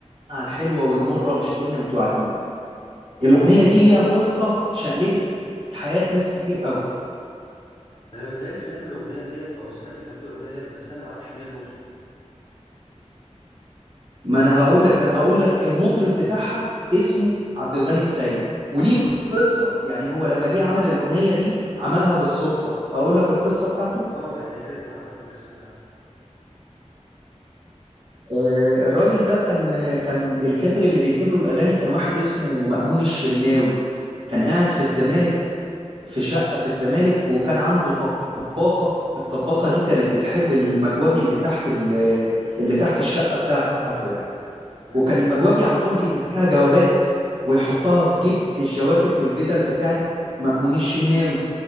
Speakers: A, on the right; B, on the left.
A: على الحلوة والمرة مش كنا متوعدين الاغنيه دي ليها قصه شقلبت حياه ناس كتير قوي
B: انا متهيألي سمعت الاغنية ديت او سمعت كلمات الاغنية ديت بس انا ما اعرفش مين المطرب
A: ما انا هقول لك ده انا هقول لك المطرب بتاعها اسمه عبد الغني السيد وليه قصه يعني هو لما جه عمل الاغنيه دي عملها بالصدفه اقول لك القصه بتاعته
B: اه يعني يا ريت تعرفني القصة بتاعته
A: آه، الراجل ده كان آه، كان الكاتب اللي بيكتب له الاغاني كان واحد اسمه مأمون الشناوي كان قاعد في الزمالك في شقه في الزمالك وكان عنده طباخه الطباخه دي كانت بتحب المكواجي اللي تحت ال- اللي تحت الشقه بتاعته يعني
B: أيوة.
A: وكان المجواكي على طول بيكتب لها جوابات ويحطها في جيب الجواكت والبدل بتاعت مأمون الشناوي